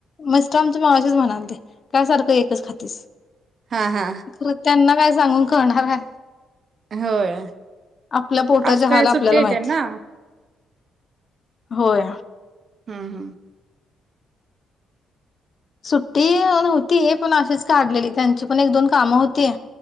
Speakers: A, on the left; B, on the right.
A: मस्त आमच मगशीच म्हणालते काय सारखं एकच खातीस
B: हा हा
A: ख त्यांना काय सांगून कळणार का
B: होय
A: आपल्या पोटाचे
B: आज काय
A: आपल्याला
B: सुट्टी आहे
A: माहिती
B: त्यांना
A: होय
B: हम् हम
A: सुट्टी न्हती पण अशीच काढलेली त्यांची पण एक दोन कामं होतीय